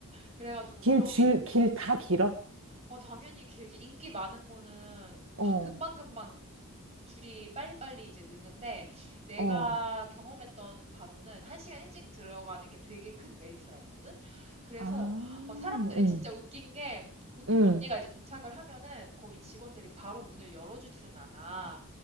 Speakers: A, on the right (about 30°); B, on the right (about 65°).
A: 그래가지고
B: 길,
A: 그런
B: 줄,
A: 게 있어.
B: 길 다 길어?
A: 어, 당연히 길지. 인기 많은 거는
B: 어,
A: 바- 금방금방 줄이 빨리빨리 이제 느는데 내가
B: 어.
A: 경험했던 바로는 한시간 일찍 들어가는 게 되게 큰 메리트가 있거든. 그래서
B: 아,
A: 막 사람들이
B: 응,
A: 진짜 웃긴 게 보통
B: 응.
A: 언니가 이제 도착을 하면은 거기 직원들이 바로 문을 열어주지는 않아.